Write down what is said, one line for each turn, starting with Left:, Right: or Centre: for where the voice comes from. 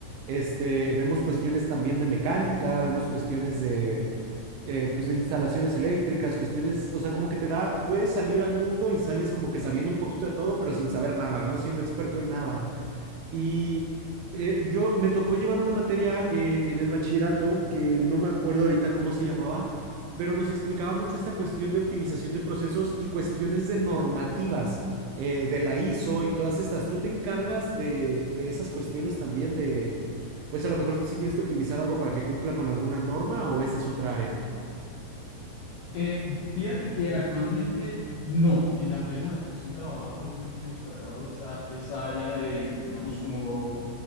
Right: este, vemos cuestiones también de mecánica, vemos cuestiones de, eh, pues de instalaciones eléctricas, cuestiones, o sea, como que te da, puedes salir al mundo y sales como que sabiendo un poquito de todo, pero sin saber nada, no siendo experto en nada. Y eh, yo me tocó llevar una materia eh, en el bachillerato que no me acuerdo ahorita cómo se llamaba, pero nos explicaba mucho esta cuestión de optimización de procesos y cuestiones de normativas eh, de la ISO y todas estas. ¿Tú te encargas de, de esas cuestiones también de, pues a lo mejor si tienes que optimizar algo para que cumpla con alguna norma o esa es otra área?
Left: Eh, fíjate que actualmente no, en la empresa en la que estoy trabajando yo no estoy encargado de esa de esta área de, digamos, como